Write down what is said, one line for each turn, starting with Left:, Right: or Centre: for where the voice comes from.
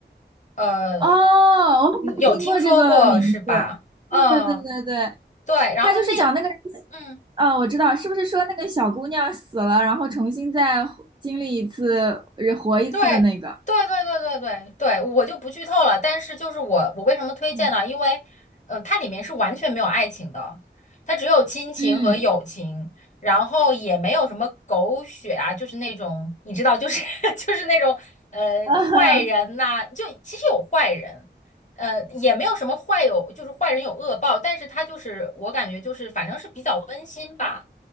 Left: 呃，
Right: 哦，我好像听过这个名字。
Left: 你有听说过是吧？嗯，
Right: 对对对对对，
Left: 对，然后那。
Right: 他就是讲那个人
Left: 嗯。
Right: 嗯，我知道，是不是说那个小姑娘死了，然后重新再活经历一次，呃活一次的那个？
Left: 对，对对对对对对，我就不剧透了。但是就是我，我为什么推荐呢？
Right: 嗯，
Left: 因为，呃，它里面是完全没有爱情的，它只有亲情和友情，
Right: 嗯
Left: 然后也没有什么狗血啊，就是那种你知道，就是 <laughs> 就是那种呃坏人呐、
Right: <laughs>，
Left: 就其实有坏人，呃，也没有什么坏有，就是坏人有恶报，但是他就是我感觉就是反正是比较温馨吧。